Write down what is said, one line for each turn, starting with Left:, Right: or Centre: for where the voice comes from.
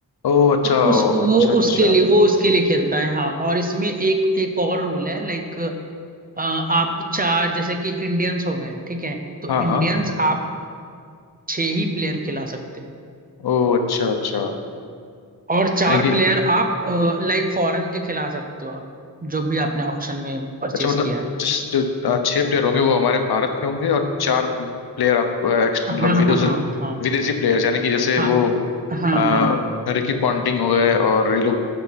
Left: ओ अच्छा
Right: तो उस
Left: ओ
Right: वो
Left: अच्छा अच्छा
Right: उसके लिए वो उसके लिए खेलता है हाँ और इसमें एक एक और रूल है लाइक आप चार जैसे कि इंडियंस हो गए ठीक है तो
Left: हाँ
Right: इंडियंस
Left: हाँ
Right: आप छह ही प्लेयर खिला सकते हो
Left: ओ अच्छा अच्छा
Right: और चार
Left: यानी कि
Right: प्लेयर आप लाइक फॉरेन के खिला सकते हो आप जो भी आपने ऑक्शन में परचेज
Left: अच्छा मतलब
Right: किया है
Left: जिस जो अ, छह प्लेयर होंगे वो हमारे भारत के होंगे और चार प्लेयर आप अ, एक्स-
Right: हाँ
Left: मतलब विदेश
Right: हाँ हाँ हाँ
Left: विदेशी प्लेयर्स यानी कि जैसे
Right: हाँ
Left: वो
Right: हाँ
Left: आ, हाँ
Right: हाँ
Left: रिकी पॉन्टिंग हो गए और ये लोग